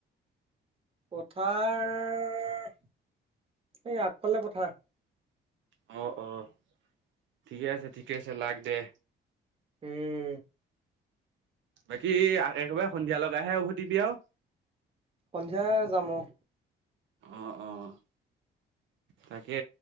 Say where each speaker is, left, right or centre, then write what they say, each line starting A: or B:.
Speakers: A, on the right (about 30°); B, on the right (about 70°).
A: পথাৰৰ এই আগফালে পথাৰ
B: অহ অহ ঠিকে আছে ঠিকে আছে লাগ দে
A: উম
B: বাকী একেবাৰে সন্ধিয়া লগাইহে উভতিবি আউ
A: সন্ধিয়া যাম অহ
B: অ', অ', তাকে